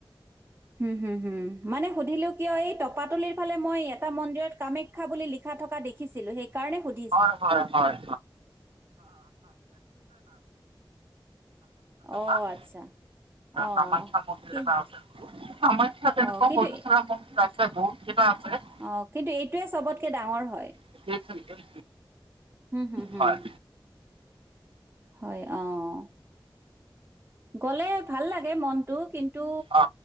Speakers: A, on the right; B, on the right.
A: হু হু হুম মানে সুধিলো কিয় এই টপতোলিৰ ফালে মই এটা মন্দিৰত কামাখ্যা বুলি লিখা থকা দেখিছিলো সেইকাৰণে সুধি
B: হয় হয় হয়
A: অ
B: <inaudible> <inaudible>
A: আচ্ছা অ
B: কামাখ্যা মন্দিৰ
A: কি
B: এটা আছে, কামাখ্যা
A: অ
B: তেনেকুৱা
A: কিন্তু
B: সৰু সুৰা মন্দিৰ আ ছে বহুত কেইটা আছে।
A: অ কিন্তু এইটোৱে চবতকৈ ডাঙৰ হয়।
B: <inaudible>
A: হুম, হুম, হুম।
B: হয়
A: হয় অহ গলে ভাল লাগে মনটো কি ন্তু
B: অ